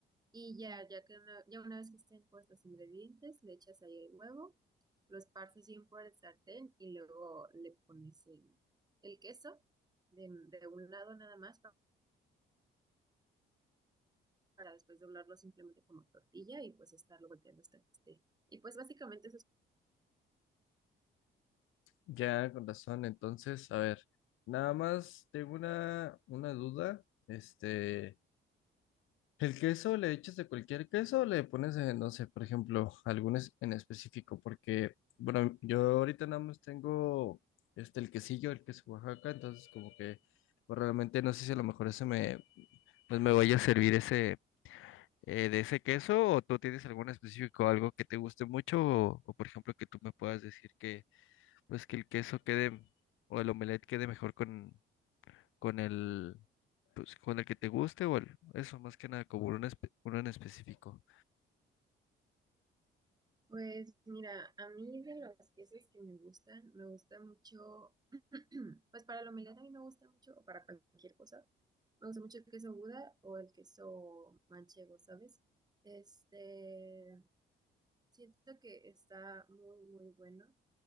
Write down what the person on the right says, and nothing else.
Y ya, ya que una, ya una vez que estén puestos los ingredientes, le echas ahí el huevo, los partes bien por el sartén y luego le pones el, el queso de, de un lado nada más pa- para, después doblarlo simplemente como tortilla y pues estarlo volteando hasta que esté. Y pues básicamente eso es.
Pues mira, a mí de los quesos que me gustan, me gusta mucho <clears throat> Pues para la humildad a mí me gusta mucho, o para cualquier cosa, me gusta mucho el queso Buda o el queso manchego, ¿sabes? Este, siento que está muy, muy bueno.